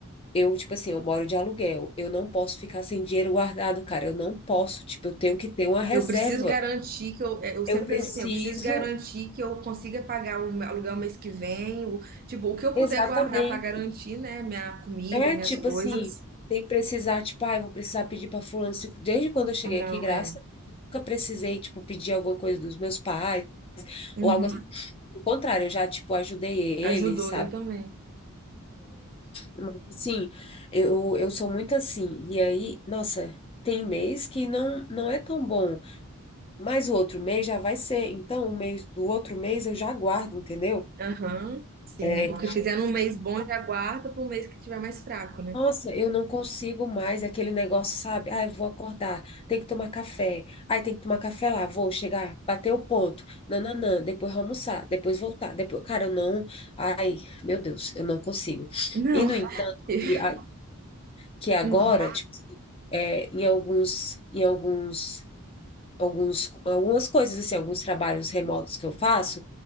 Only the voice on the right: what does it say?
Eu preciso garantir que eu, é, eu sempre
penso assim, eu preciso garantir que eu consiga pagar o meu aluguel mês que vem, o, tipo, o que eu
puder guardar pra garantir, né, minha comida,
minhas
coisas.
Não,
é.
Uhum.
Ajudou,
eu também.
Aham, sim.
O que fizer num mês bom já guarda para um mês que tiver mais fraco, né?
Não,
<laughs>
Hum,